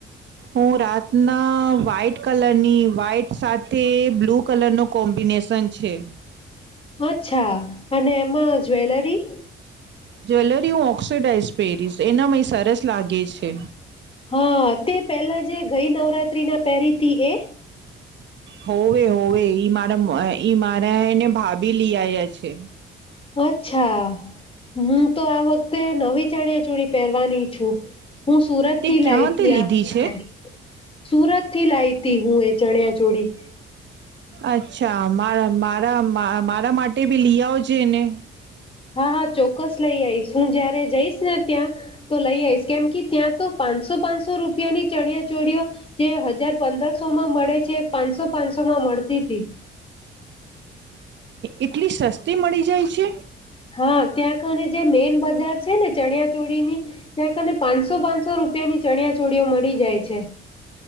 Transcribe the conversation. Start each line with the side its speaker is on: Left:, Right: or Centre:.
Right: હું રાતના વ્હાઈટ કલરની વ્હાઈટ સાથે બ્લુ કલર નો કોમ્બિનેશન છે.
Left: અચ્છા અને એમાં જ્વેલરી
Right: જ્વેલરી હું ઓક્સડાઇઝ પેરીસ એના મય સરસ લાગે છે.
Left: હા તે પેલા જે ગઈ નવરાત્રી ના પેરીથી એ
Right: હોવે હોવે ઈ મારા ઈ મારા એને ભાભી લઈ આયા છે.
Left: અચ્છા હું તો આ વખતે નવી ચણિયા ચોડી પેરવાની છું. હું સુરત
Right: તે
Left: થી લાઈ
Right: ક્યાંથી
Left: હતી
Right: લીધી
Left: આ વખતે
Right: છે
Left: સુરત થી લાવ ત હું એ ચણિયા ચોળી.
Right: અચ્છા મારા મારા મારા માટે ભી લી આવજે ને
Left: હા હા ચોક્કસ લઈ આઈશ હું જયારે જઈશ ને ત્યાં તો લઈ આવીઈશ કેમ કે ત્યાં તો પાંચસો પાંચસો રૂપિયાની ચણિયા ચોળઓ જે હજાર પંદરસોમાં મળે છે પાંચસો પાંચસો માં મળતી હતી.
Right: એટલી સસ્તી મળી જાય છે.
Left: હા ત્યાં કાને જે મેઈન બજાર છે ને ચણિયા ચોળીની ત્યાં કાને પાંચસો પાંચસો રૂપિયાની ચણિયા ચોળીઓ મળી જાય છે.